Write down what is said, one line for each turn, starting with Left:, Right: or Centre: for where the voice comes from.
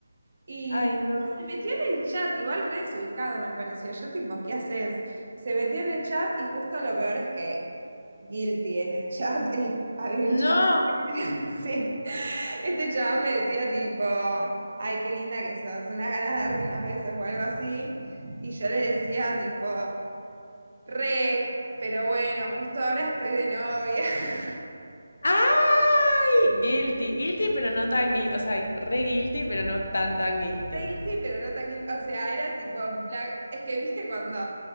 Right: Y
Left: Ay, no.
Right: se metió en el chat, igual re desubicado me pareció. Yo tipo, ¿qué haces? Se metió en el chat y justo lo peor es que guilty en el chat. el- había
Left: ¡No!
Right: un <laughs> Sí, este chaval me decía tipo, ay, qué linda que sos, unas ganas de darte unas besos o algo así. Y yo le decía tipo, re, pero bueno, justo ahora estoy de novia. <laughs>
Left: ¡Ay! Guilty, guilty, pero no tan guilty. O sea, re guilty, pero no tan tan guilty.
Right: Re guilty, pero no tan guilty. O sea, era tipo, en plan- es que viste cuando